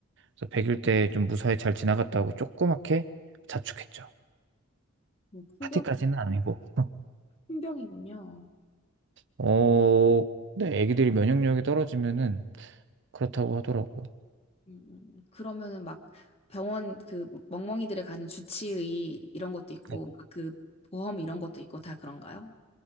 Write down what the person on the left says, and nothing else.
음, 큰
병,
큰 병이군요.
음, 음. 그러면은 막 병원 그 멍멍이들에 가는 주치의 이런 것도 있고
막그 보험 이런 것도 있고 다 그런가요?